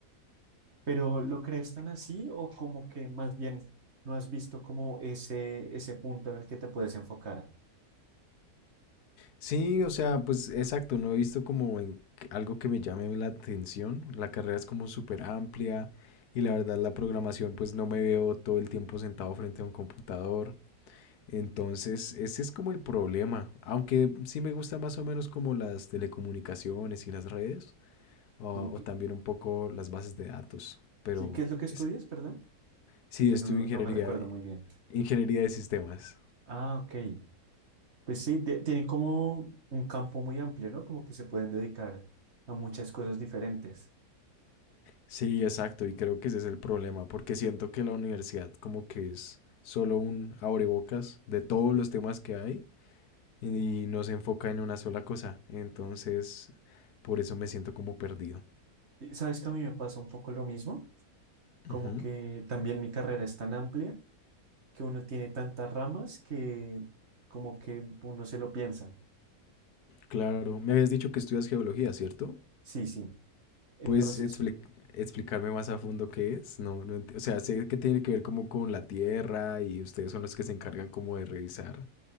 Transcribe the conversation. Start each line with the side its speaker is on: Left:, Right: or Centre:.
Right: ¿Pero lo crees tan así o como que más bien no has visto como ese, ese punto en el que te puedes enfocar?
Left: Sí, o sea, pues exacto, no he visto como en que- algo que me llame la atención. La carrera es como súper amplia y la verdad la programación pues no me veo todo el tiempo sentado frente a un computador. Entonces, ese es como el problema. Aunque sí me gusta más o menos como las telecomunicaciones y las redes o,
Right: ¿Sí,
Left: o
Right: qué-
Left: también un poco las bases de datos. Pero
Right: sí, qué es lo que estudias,
Left: es-
Right: perdón?
Left: sí,
Right: Que
Left: estudio
Right: no, no,
Left: ingeniería,
Right: no me recuerdo muy bien.
Left: ingeniería de sistemas.
Right: Ah, ok. Pues sí, te- tienen como un campo muy amplio, ¿no? Como que se pueden dedicar a muchas cosas diferentes.
Left: Sí, exacto, y creo que ese es el problema, porque siento que la universidad como que es solo un abrebocas de todos los temas que hay y no se enfoca en una sola cosa, entonces por eso me siento como perdido.
Right: Y ¿Sabes que a mí me pasa un poco lo mismo? Como
Left: Ujú,
Right: que también mi carrera es tan amplia que uno tiene tantas ramas que como que uno se lo piensa.
Left: Claro, me habías dicho que estudias geología, ¿cierto?
Right: Sí, sí. Entonces,
Left: ¿Puedes expli- explicarme más a fondo qué es? No, no enti- o sea, sé que tiene que ver como con la tierra y ustedes son los que se encargan como de revisar